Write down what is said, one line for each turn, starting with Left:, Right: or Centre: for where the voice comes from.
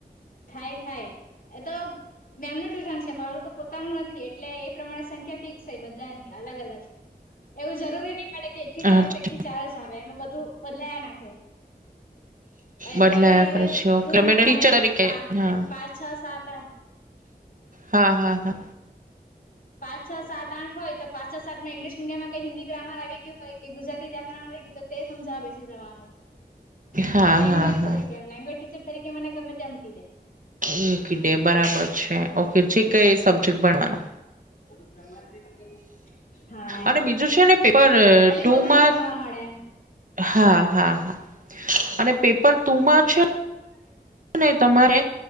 Left: થાય થાય એ તો મેમનું ટ્યુશન છે મારું તો પોતાનું નથી એટલે એ પ્રમાણે સંખ્યા ફિક્સ હોય બધાની અલગ અલગ એવું જરૂરી નહી મળે કે એક થી ચાર
Right: અચ્છા,
Left: એક થી ચાર જ આવે એમાં બધું બદલાયા નાખે. હવે
Right: બદલાયા
Left: કોઈ વાર
Right: કરે
Left: હવે
Right: છે, ઓકે
Left: ધોરણ
Right: ટીચર
Left: હવે
Right: તરીકે
Left: પા
Right: હા
Left: પાંચ છ સાત આઠ
Right: હા હા હા
Left: પાંચ, છ, સાત, આઠ હોય તો પાં છ સાત ઇંગ્લિશ મીડિયમમાં કઈ હિન્દી, ગ્રામર, ગયું હોય કે ગુજરાતી વ્યાકરણ તો તે સમજાવે છે જવાનું
Right: હા
Left: લેંગ્વેજ
Right: હા હા
Left: તરીકે લેંગ્વેજ ટીચર તરીકે મને ગમે તેમ ક દે
Right: મૂકી ડે બરાબર છે, ઓકે જે કઈ સબ્જેક્ટ ભણવાનો
Left: <unintelligible> હા એમ
Right: અને બીજું છે ને પેપર
Left: એટલે
Right: ટુમાં
Left: બધું જ જાણવા મળે.
Right: હા હા હા અને પેપર તુંમાં છે
Left: <inaudible>
Right: ને તમારે